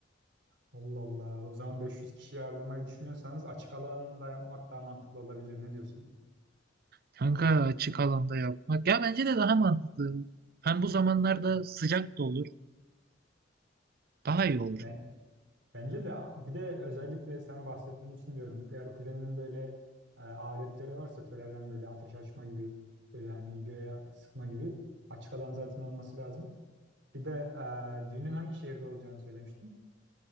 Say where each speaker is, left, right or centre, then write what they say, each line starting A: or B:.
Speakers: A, on the right; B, on the right.
A: Allah Allah. O zaman 500 kişi ağırlamayı düşünüyorsanız açık alanda yapmak daha mantıklı olabilir. Ne diyorsun?
B: Kanka açık alanda yapmak. Ya bence de daha mantıklı. Hem bu zamanlarda sıcak da olur. Daha iyi olur.
A: Yani Bence de bir de özellikle sen bahsettiğin için diyorum. Eğer kuzeninin böyle e, adetleri varsa töreden böyle ateş açma gibi böyle hani göğe sıkma gibi açık alan zaten olması lazım. Bir de e, düğünün hangi şehirde olacağını söylemiştin.